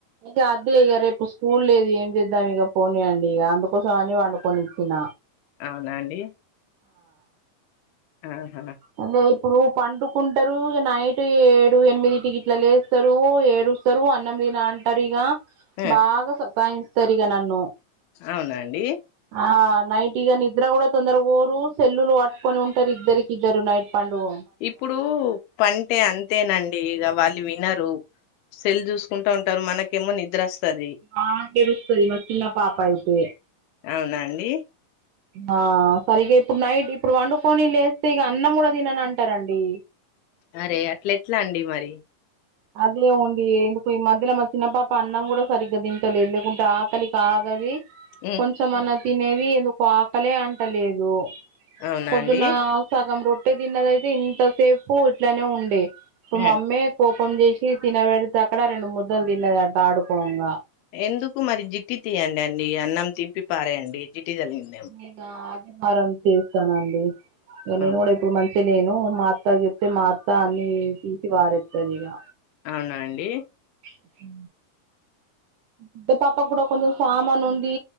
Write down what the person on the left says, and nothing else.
అవునాండి ఆహా
ఆ
అవునాండి
ఇప్పుడు పంటే అం తేనండి ఇక వాళ్ళు వినరు సెల్ చూసుకుంటూ ఉంటారు మనకేమో నిద్ర వస్తుది
అవునా అండి
అరే అట్ల ఎట్లా అండి మరి
ఉమ్
అవునా
అండి
ఉమ్
ఎందుకు మరి జిట్టి తీయండి అండి అన్నం తింపి పారేయండి జిట్టి జలిగింది
అవునా
అవునా అండి